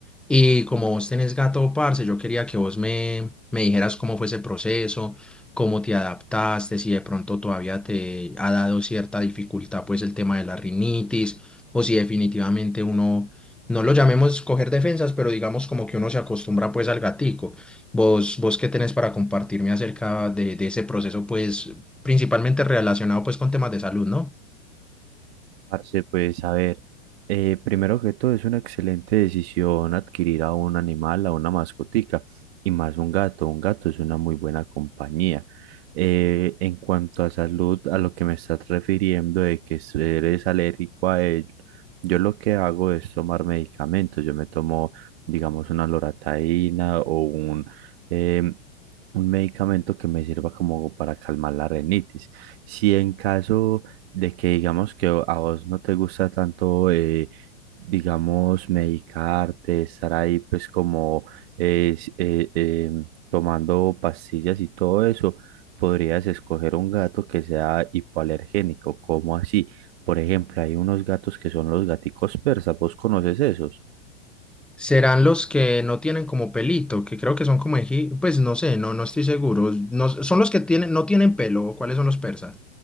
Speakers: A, in the centre; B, on the right (about 60°).
A: Y como vos tenés gato, parce, yo quería que vos me, me dijeras cómo fue ese proceso, cómo te adaptaste, si de pronto todavía te ha dado cierta dificultad, pues el tema de la rinitis, o si definitivamente uno, no lo llamemos coger defensas, pero digamos como que uno se acostumbra pues al gatico. Vos, vos qué tenés para compartirme acerca de, de ese proceso, pues principalmente relacionado pues con temas de salud, ¿no?
B: Parce, pues a ver, eh, primero que todo es una excelente decisión adquirir a un animal, a una mascotica y más un gato. Un gato es una muy buena compañía. Eh, en cuanto a salud, a lo que me estás refiriendo de que eres alérgico a él, yo lo que hago es tomar medicamentos. Yo me tomo, digamos, una loratadina o un, em, un medicamento que me sirva como para calmar la rinitis. Si en caso de que digamos que a vos no te gusta tanto, eh, digamos, medicarte, estar ahí pues como eh, s- eh, eh, tomando pastillas y todo eso, podrías escoger un gato que sea hipoalergénico, como así. Por ejemplo, hay unos gatos que son los gaticos persas, ¿vos conoces esos?
A: Serán los que no tienen como pelito, que creo que son como eji- pues no sé, no, no estoy seguro. No, son los que tienen, no tienen pelo, ¿o ¿cuáles son los persas?